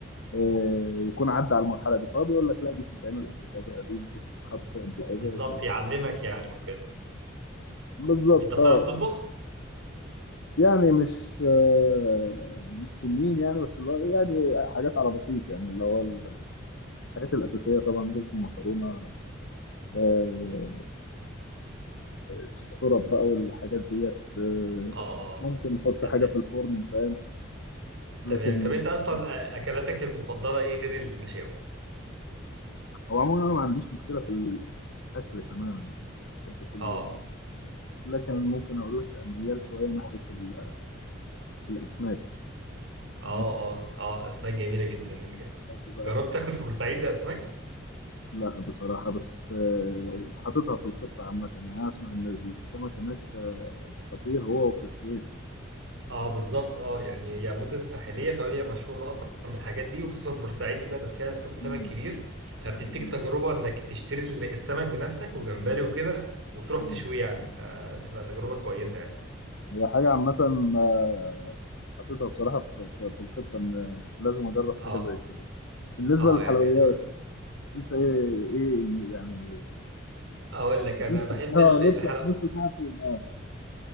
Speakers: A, on the left; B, on the right.
A: آه، يكون عدى على المرحله دي فهو بيقول لك لا دي بتتعمل قد كذا دي بتتحط قد كذا
B: بالظبط يعلمك يعني وكده
A: بالظبط
B: انت بتعرف
A: اه
B: تطبخ
A: يعني مش آه مش تنين يعني بس اللي هو يعني حاجات على بسيط يعني اللي هو الحاجات الأساسية طبعا رز مكرونة آه آه، الشرب بقى والحاجات ديت آه
B: اه اه
A: ممكن نحط
B: تمام
A: حاجة في الفرن فاهم لكن
B: تمام
A: مش
B: طب انت اصلا آه، اكلاتك المفضله ايه غير المشاوي
A: هو عموما أنا ما عنديش مشكلة في الأكل تماما يعني أنا بحب كل
B: اه
A: ال... لكن ممكن أقول لك ميال شوية ناحية ال- الأسماك
B: اه
A: تمام
B: اه اه اسماك جميله جدا
A: بحب بقى
B: جربت
A: الفرن
B: تاكل في بورسعيد اسماك
A: لا بصراحة بس آه، حاططها في الخطة عامة يعني أنا أسمع إن السمك هناك خطير هو وفي السويس يعني
B: اه بالظبط اه يعني هي مدن ساحليه فهي مشهوره اصلا بالحاجات دي وخصوصا بورسعيد كده بقى فيها سوق سمك
A: مم.
B: كبير فبتديك
A: مم.
B: تجربه انك تشتري ال- السمك بنفسك وجمبري وكده وتروح
A: مم.
B: تشويه يعني فتبقى تجربه كويسه يعني
A: هي حاجة عامة آه، حاططها بصراحة في في- في الخطة إن لازم أجرب
B: اه
A: حاجة زي كده بالنسبة
B: اه
A: للحلويات
B: يعني هتبقى
A: أنت إيه إيه إن- يعني
B: اقول لك انا
A: نفسك-
B: بحب
A: آه
B: ال- الحلويات
A: نفسك نفسك تعرف إيه؟